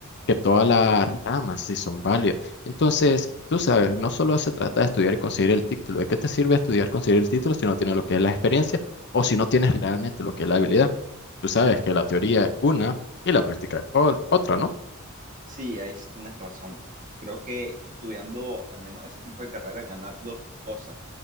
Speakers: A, on the left; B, on the right.
A: que todas las ramas sí son válidas. Entonces, tú sabes, no solo se trata de estudiar y conseguir el título, ¿de qué te sirve estudiar, conseguir el título si no tienes lo que es la experiencia o si no tienes realmente lo que es la habilidad? Tú sabes que la teoría es una y la práctica es ol- otra, ¿no?
B: Sí, ahí sí tienes razón. Creo que estudiando al menos ese tipo de carrera ganas dos cosas.